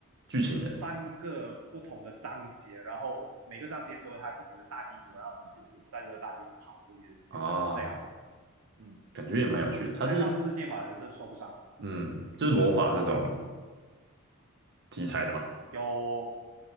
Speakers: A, on the right; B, on the right.
A: 剧情的
B: 三个不同的章节，然后每个章节都有它自己的大地图，然后你就是在这个大地图跑，就就就是这样。
A: 啊，
B: 嗯，
A: 感觉也蛮有趣的。它是
B: 开放世界嘛，也是说不上。
A: 嗯，
B: 嗯。
A: 就是魔法这种题材的嘛，
B: 有